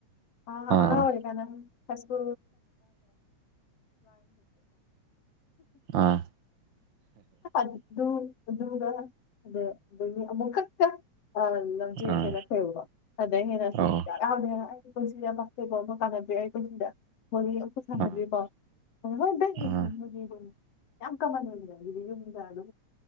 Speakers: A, on the left; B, on the right.
A: ꯑꯉꯥꯡ
B: ꯑꯥ
A: ꯑꯣꯏꯔꯤꯀꯥꯗꯅ ꯍꯁ
B: ꯑꯥ
A: <inaudible> ꯑꯗꯨꯒꯗ ꯑꯗ ꯑꯅꯤ ꯑꯃꯨꯛꯈꯛꯇ ꯑ ꯂꯝꯖꯦꯜ
B: ꯑꯥ
A: ꯦꯅ ꯈꯩꯎꯕ ꯑꯗꯨꯗꯗꯒꯤꯩ ꯍꯦꯟꯅ ꯁꯛ
B: ꯑꯣ
A: ꯌꯥꯎꯗꯦ ꯑꯩ ꯄꯨꯟꯁꯤꯗ ꯄꯕ ꯑꯃ ꯀꯥꯟꯅꯕꯤ ꯑꯩ ꯄꯨꯟꯁꯤꯗ <unintelligible>
B: ꯑꯥ ꯑꯥ
A: ꯌꯥꯝ ꯀꯃꯟ ꯑꯣꯏꯅꯗꯤ ꯑꯗꯨꯗꯤ ꯌꯨꯝꯗ ꯑꯗꯨ